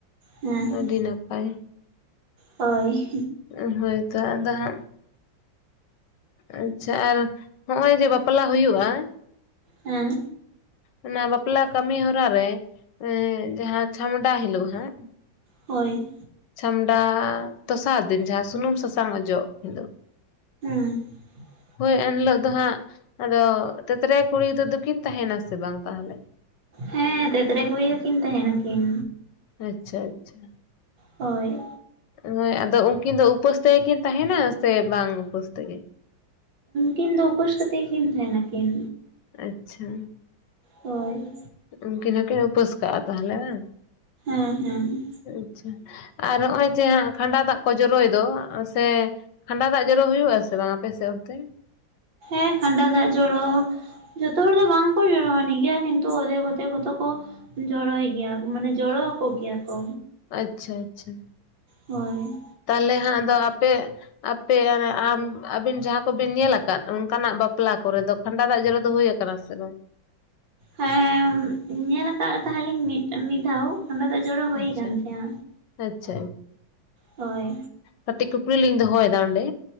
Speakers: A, on the right; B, on the left.
A: ᱦᱮᱸ᱾
B: ᱟᱹᱰᱤ ᱱᱟᱯᱟᱭ᱾
A: ᱦᱳᱭ
B: ᱩᱸ ᱦᱳᱭᱛᱚ ᱟᱫᱚ ᱦᱟᱸᱜ, ᱟᱪᱪᱷᱟ ᱟᱨ ᱦᱚᱜᱼᱚᱭ ᱡᱮ ᱵᱟᱯᱞᱟ ᱦᱩᱭᱩᱜᱼᱟ
A: ᱦᱮᱸ
B: ᱚᱱᱟ ᱵᱟᱯᱞᱟ ᱠᱟᱹᱢᱤ ᱦᱚᱨᱟ ᱨᱮ ᱮᱸ ᱡᱟᱦᱟᱸ ᱪᱷᱟᱢᱰᱟ ᱦᱤᱞᱚᱜ ᱦᱟᱸᱜ,
A: ᱦᱳᱭ,
B: ᱪᱷᱟᱢᱰᱟ ᱫᱚᱥᱟᱨ ᱫᱤᱱ ᱡᱟᱦᱟᱸ ᱥᱩᱱᱩᱢ ᱥᱟᱥᱟᱝ ᱚᱡᱚᱜ ᱦᱤᱞᱟᱹᱜ
A: <inaudible>
B: ᱦᱳᱭ ᱮᱱᱦᱤᱞᱚᱜ ᱫᱚ ᱦᱟᱸᱜ ᱟᱫᱚ ᱛᱮᱛᱨᱮ ᱠᱩᱲᱤ ᱫᱚ ᱫᱚᱠᱤᱱ ᱛᱟᱦᱮᱸᱱᱟ ᱥᱮ ᱵᱟᱝ ᱛᱟᱦᱚᱞᱮ?
A: ᱦᱮᱸ ᱛᱮᱛᱨᱮ ᱠᱩᱲᱤ ᱦᱚᱸᱠᱤᱱ ᱛᱟᱦᱮᱸᱱᱟᱠᱤᱱ᱾
B: ᱟᱪᱪᱷᱟ ᱟᱪᱪᱷᱟ᱾
A: ᱦᱳᱭ,
B: ᱦᱳᱭ ᱟᱫᱚ ᱩᱱᱠᱤᱱ ᱫᱚ ᱩᱯᱟᱹᱥ ᱛᱮᱜᱮᱠᱤᱱ ᱛᱟᱦᱮᱸᱱᱟ ᱥᱮ ᱵᱟᱝ ᱩᱯᱟᱹᱥ ᱛᱮᱜᱮ?
A: ᱠᱤᱱ ᱫᱚ ᱩᱯᱟᱹᱥ ᱠᱟᱛᱮᱜ ᱠᱤᱱ ᱛᱟᱦᱮᱸᱱᱟᱠᱤᱱ᱾
B: ᱟᱪᱪᱷᱟ,
A: ᱦᱳᱭ
B: ᱩᱱᱠᱤᱱ ᱦᱚᱸᱠᱤᱱ ᱩᱯᱟᱹᱥ ᱠᱟᱜᱼᱟ ᱛᱟᱦᱚᱞᱮ ᱵᱟᱝ?
A: ᱦᱮᱸᱦᱮᱸ ᱦᱮᱸ᱾
B: ᱟᱪᱪᱷᱟ ᱟᱨ ᱱᱚᱜᱼᱚᱭ ᱡᱮ ᱦᱟᱸᱜ ᱠᱷᱟᱸᱰᱟ ᱫᱟᱜᱽ ᱠᱚ ᱡᱚᱨᱚᱭ ᱫᱚ ᱥᱮ ᱠᱷᱟᱸᱰᱟ ᱫᱟᱜᱽ ᱡᱚᱨᱚ ᱦᱩᱭᱩᱜ ᱟᱥᱮ ᱵᱟᱝ ᱟᱯᱮᱥᱮᱜ ᱚᱱᱛᱮ?
A: ᱦᱮᱸ ᱠᱷᱟᱸᱰᱟ ᱫᱟᱜᱽ ᱡᱚᱨᱚ ᱡᱚᱛᱚ ᱦᱚᱲ ᱫᱚ ᱵᱟᱝᱠᱚ ᱡᱚᱨᱚ ᱟᱹᱱᱤᱡ ᱜᱮᱭᱟ ᱠᱤᱱᱛᱩ ᱚᱫᱷᱮᱠ ᱚᱫᱷᱮᱠ ᱠᱚ ᱫᱚ ᱠᱚ, ᱡᱚᱲᱚᱭ ᱜᱮᱭᱟ ᱢᱟᱱᱮ ᱡᱚᱲᱚ ᱟᱠᱚ ᱜᱮᱭᱟ ᱠᱚ᱾
B: ᱟᱪᱪᱷᱟ ᱟᱪᱪᱷᱟ᱾
A: ᱦᱳᱭ᱾
B: ᱛᱟᱦᱚᱞᱮ ᱦᱟᱸᱜ ᱟᱫᱚ ᱟᱯᱮ ᱟᱯᱮᱭᱟᱜ ᱨᱮ ᱟᱢ ᱟᱹᱵᱤᱱ ᱡᱟᱦᱟᱸ ᱠᱚᱵᱤᱱ ᱧᱮᱞᱟᱠᱟᱫ ᱚᱱᱠᱟᱱᱟᱜ ᱵᱟᱯᱞᱟ ᱠᱚᱨᱮ ᱫᱚ ᱠᱷᱟᱸᱱᱰᱟ ᱫᱟᱜᱽ ᱡᱚᱨᱚ ᱫᱚ ᱦᱩᱭ ᱟᱠᱟᱱᱟ ᱥᱮ ᱵᱟᱝ?
A: ᱦᱮᱸ ᱧᱮᱞ ᱟᱠᱟᱜ ᱛᱟᱦᱮᱸᱞᱤᱧ ᱢᱤᱜᱴᱟᱝ ᱢᱤᱜ ᱫᱷᱟᱣ᱾ ᱠᱷᱟᱸᱰᱟ ᱫᱟᱜᱽ ᱡᱚᱨᱚ ᱦᱩᱭ
B: ᱟᱪᱪᱷᱟ
A: ᱠᱟᱱ ᱜᱮᱭᱟ
B: ᱟᱪᱪᱷᱟ
A: ᱦᱳᱭ᱾
B: ᱠᱟᱹᱴᱤᱜ ᱠᱩᱠᱞᱤ ᱞᱤᱧ ᱫᱚᱦᱚᱭ ᱫᱟ ᱚᱸᱰᱮ?